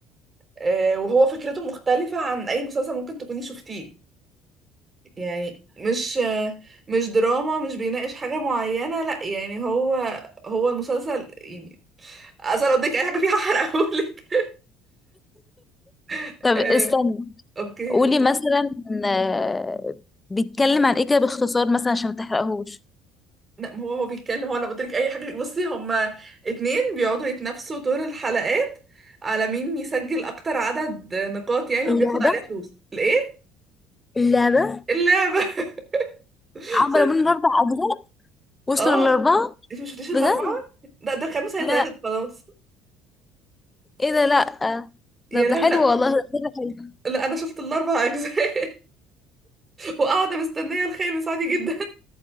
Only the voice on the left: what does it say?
طب
استني
قولي مثلا آه، بيتكلم عن ايه كده باختصار مثلا عشان ما تحرقهوش
اللعبة
اللعبة
عملوا
منه اربع اجزاء وصلوا
للاربعه
بجد
لا
ايه ده لا
ده ده
حلو
والله ده حلو